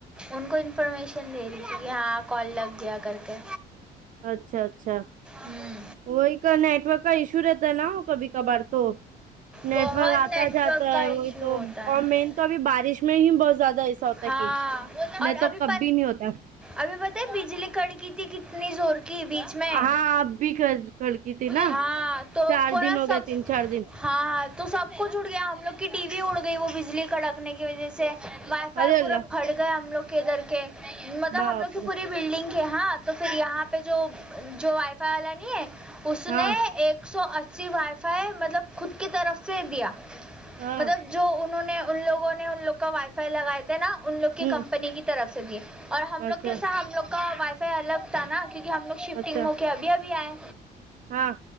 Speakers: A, in the centre; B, on the right.
A: ان کو انفارمیشن دے رہی تھی کہ ہاں کال لگ گیا کر کے
B: اچھا اچھا
A: ہوں
B: وہی کا نیٹورک کا ایشو رہتا ہے نا کبھی کبار تو نیٹ
A: بہت
B: ورک آتا
A: نیٹ
B: جاتا
A: ورک کا
B: ہے وہی
A: ایشو
B: تو
A: ہوتا ہے
B: اور مین تو ابھی بارش میں ہی بہت زیادہ ایسا ہوتا
A: ہاں
B: ہے کیچ
A: اور
B: نہیں تو
A: ابھی
B: کبھی نہیں ہوتا
A: ابھی پتہ ہے بجلی کڑ کی تھی کتنی زور کی بج میں
B: ہاں آپ بھی کھڑکی تھی نا
A: ہاں تو
B: چار
A: پورا
B: دن ہو
A: سب
B: گیا تین
A: ہاں
B: چار دن
A: ہاں تو سب کچھ اڑ گیا ہم لوگ کی ٹی وی اڑ گئی وہ بجلی کڑکنے کی وجہ سے
B: ارے
A: پورا
B: اللہ
A: پھٹ گئے ہم لوگ کے گھر کے مطلب
B: باپ
A: ہم لوگ کی
B: رے
A: پوری بلڈنگ کے ہاں تو پھر یہاں پہ جو جو وائی فائی والا نہیں ہے اس
B: ہاں
A: نے ایک سو اسی وائی فائی مطلب خود کی طرف سے دیا
B: ہاں
A: مطلب جو انہوں نے ان لوگوں نے ان لوگ کا وائی فائی لگائے تھے نا ان لوگ کی
B: ہوں
A: کمپنی کی طرف سے بھی اور ہم
B: اچھا
A: لوگ کے سا ہم لوگ کا وائی فائی الگ تھا نا کیونکہ ہم لوگ شفٹنگ
B: اچھا
A: ہو کےابھی بھی آے
B: ہاں